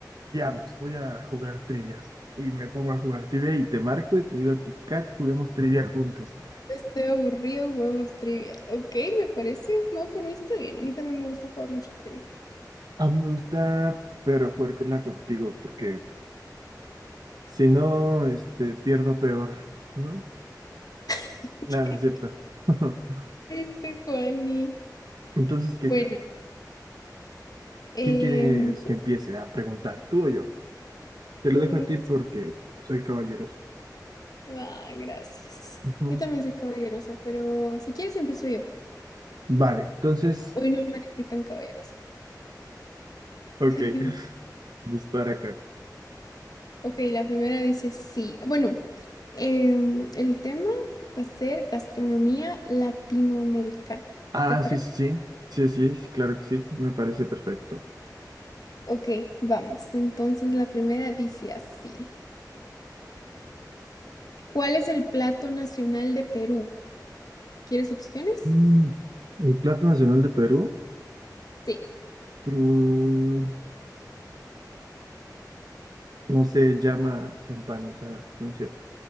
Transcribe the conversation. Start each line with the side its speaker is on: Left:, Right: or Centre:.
Right: diablos, voy a jugar trivias. Y me pongo a jugar trivia y te marco y te digo, Kat, juguemos trivia juntos.
Left: Estoy aburrido, huevos trivia. Ok, me parece. No, por mí está bien. A mí también me gusta jugar mucho trivia.
Right: A mí me gusta, pero jugarla contigo, porque si no, este, pierdo peor, ¿no?
Left: <laughs>
Right: Nada, no es cierto. <laughs>
Left: Este Juani.
Right: Entonces, ¿qué,
Left: Bueno,
Right: Cato?
Left: em,
Right: ¿Quién quieres que empiece a preguntar? ¿Tú o yo? Te lo
Left: mm,
Right: dejo a ti porque soy caballeroso.
Left: ah, gracias.
Right: Ujú.
Left: Yo también soy caballerosa, pero si quieres empiezo yo.
Right: Vale, entonces,
Left: Hoy no me elegí tan caballerosa.
Right: ok,
Left: <laughs>
Right: <laughs> dispara, Cato.
Left: Ok, la primera dice sí. Bueno, Em, el tema va a ser gastronomía latinoamericana.
Right: Ah,
Left: ¿Te parece?
Right: sí, sí, sí. Sí, sí, sí, claro que sí. Me parece perfecto.
Left: Ok, vamos. Entonces la primera dice así. ¿Cuál es el plato nacional de Perú? ¿Quieres opciones?
Right: Mm, El plato nacional de Perú,
Left: Sí.
Right: mm, no sé, llamas empanizadas, no es cierto.